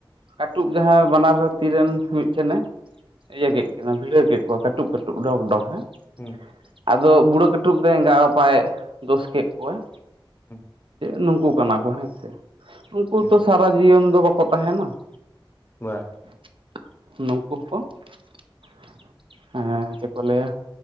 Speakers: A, on the right; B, on the left.
A: ᱠᱟᱹᱴᱩᱵ ᱡᱟᱦᱟᱸᱭ ᱵᱟᱱᱟᱨ ᱛᱤᱨᱮᱱ ᱢᱤᱫᱴᱷᱮᱱᱮᱼᱼ ᱤᱭᱟᱹ ᱠᱮᱫ ᱠᱤᱱᱟ ᱵᱷᱤᱲᱟᱹᱣ ᱠᱮᱫ ᱠᱚᱣᱟ ᱠᱟᱹᱴᱩᱵ ᱠᱟᱹᱴᱩᱵ ᱰᱚᱜᱽ ᱰᱚᱜᱽ ᱦᱮᱸ ᱾
B: ᱦᱩᱸ
A: ᱟᱫᱚ ᱵᱩᱲᱦᱟᱹ ᱠᱟᱹᱴᱩᱵ ᱫᱚ ᱮᱸᱜᱟᱭ ᱟᱯᱟᱭ ᱫᱚᱥ ᱠᱮᱫ ᱠᱚᱣᱟ ᱾
B: ᱦᱮᱸ <inaudible>
A: ᱱᱩᱠᱩ ᱠᱟᱱᱟ ᱠᱚ ᱦᱮᱸ ᱥᱮ, ᱩᱱᱠᱩ
B: ᱦᱩᱸ
A: ᱛᱚ ᱥᱟᱨᱟ ᱡᱤᱭᱚᱱ ᱫᱚ ᱵᱟᱠᱚ ᱛᱟᱸᱦᱮᱱᱟ ᱾
B: ᱵᱟᱼᱼ
A: <unintelligible> ᱱᱩᱠᱩ ᱠᱚ ᱾ ᱦᱮᱸ ᱪᱮᱫ ᱠᱚ ᱞᱟᱹᱭᱟ,